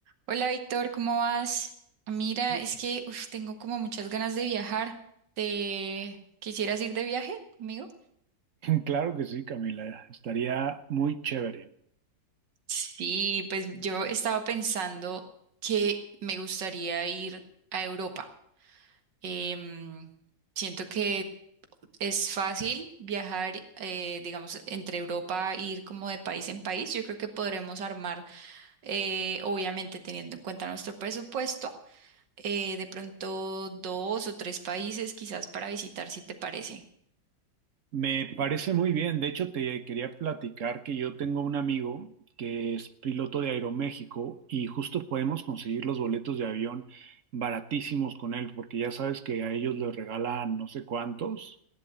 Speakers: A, on the right; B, on the right.
A: Hola Víctor, ¿cómo vas? Mira,
B: <laughs>
A: es que uf, tengo como muchas ganas de viajar. ¿Te quisieras ir de viaje conmigo?
B: Claro que sí, Camila, estaría muy chévere.
A: Sí, pues yo estaba pensando que me gustaría ir a Europa. Em, siento que es fácil viajar, eh, digamos, entre Europa, ir como de país en país. Yo creo que podremos armar, eh, obviamente teniendo en cuenta nuestro presupuesto. eh, de pronto dos o tres países quizás para visitar, si te parece.
B: Me parece muy bien. De hecho, te quería platicar que yo tengo un amigo que es piloto de Aeroméxico y justo podemos conseguir los boletos de avión baratísimos con él, porque ya sabes que a ellos les regalan no sé cuántos.